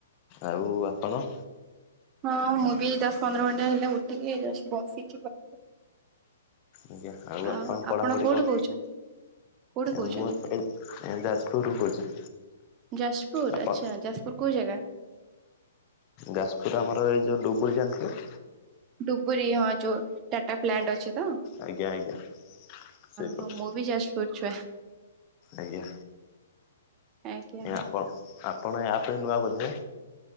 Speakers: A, on the left (about 35°); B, on the right (about 30°).
A: ଆଉ ଆପଣ?
B: ହଁ ମୁଁ ବି ଏଇ ଦଶ ପନ୍ଦର ମିନିଟ୍ ହେଲା ଉଠିକି ଏଇ ଯଷ୍ଟ
A: ଆଜ୍ଞା
B: ଆଉ
A: ପଢ଼ାପଢ଼ି
B: ଆପଣ କୋଉଠୁ
A: କଣ
B: କହୁଛନ୍ତି? କୋଉଠୁ କହୁଛନ୍ତି?
A: ମୁଁ ଏପଟେ ଯାଜପୁର ରୁ କହୁଛି।
B: ଯାଜପୁର
A: ଆପଣ
B: ଆଚ୍ଛା ଯାଜପୁର କୋଉ ଜାଗା?
A: ଯାଜପୁର ଆମର ଏଇ ଯଉ ଡୁବୁରି ଯାଣିଥିବେ?
B: ଡ଼ୁବୁରୀ ହଁ ଯୋଉ ଟାଟା ପ୍ଲାଣ୍ଟ ଅଛି ତ
A: ଆଜ୍ଞା ଆଜ୍ଞା ସେଇପଟେ
B: ହଁ ମୁଁ ବି ଯାଜପୁର ଛୁଆ।
A: ଆଜ୍ଞା
B: ଆଜ୍ଞା
A: ଆପଣ ଆପଣ ଏଇ ଆପ୍ ରେ ନୂଆ ବୋଧେ?